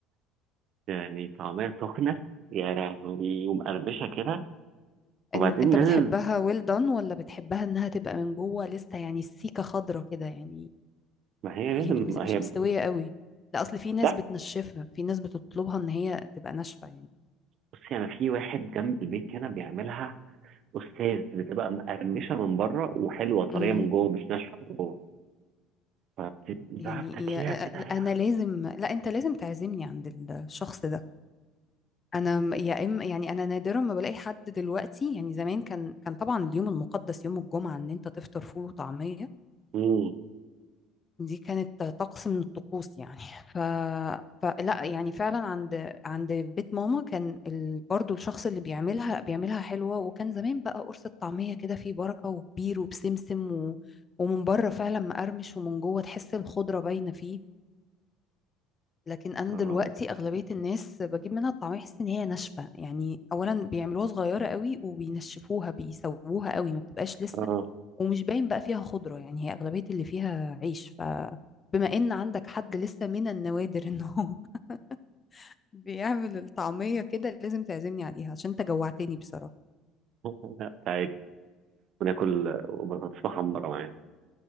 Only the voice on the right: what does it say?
يعني طعمية سخنة يا لهوي ومقرمشة كده وبعدين
لازم
ما هي
لازم
ما
هي
لا
بصي أنا في واحد جنب البيت هنا بيعملها أستاذ بتبقى مقرمشة من بره وحلوة طرية
من جوه مش ناشفة من جوه فبتبقي
بقى بتاكليها
كده يا
امم
اه
اه
<laughs> لا تعالي وناكل بطاطس محمرة معانا